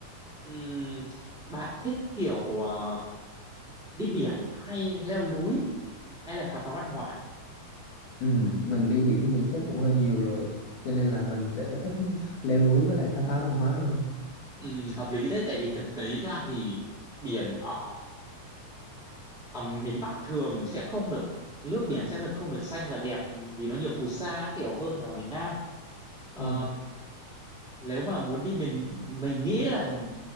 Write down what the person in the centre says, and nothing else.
Ừm, bạn thích kiểu ờ, đi biển hay leo núi hay là khám phá văn hóa?
Ừ, hợp lý đấy tại vì thực tế ra thì biển ở Ờ, miền Bắc thường sẽ không được nước biển sẽ được không được xanh và đẹp vì nó nhiều phù sa kiểu hơn ở miền Nam Ờ,
nếu mà muốn đi miền mình nghĩ là